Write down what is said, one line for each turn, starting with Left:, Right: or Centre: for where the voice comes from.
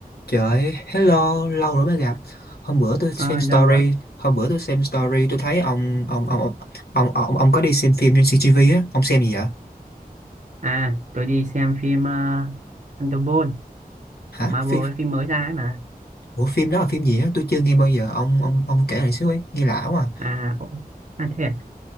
Left: Trời ơi, hello, lâu rồi mới gặp. Hôm bữa tôi xem
Right: Ờ,
Left: story,
Right: lâu quá.
Left: hôm bữa tôi xem story tôi thấy ông ông ông ông ông, ông, ông có đi xem phim trên CGV á, ông xem gì vậy?
Right: À, tôi đi xem phim uh, Thunderbolt
Left: Hả?
Right: của Marvel,
Left: Phim
Right: ấy, phim mới ra ấy mà.
Left: Ủa phim đó là phim gì á? Tôi chưa nghe bao giờ. Ông ông ông kể lại xíu ấy, nghe lạ quá. À.
Right: À, ồ, à thế à?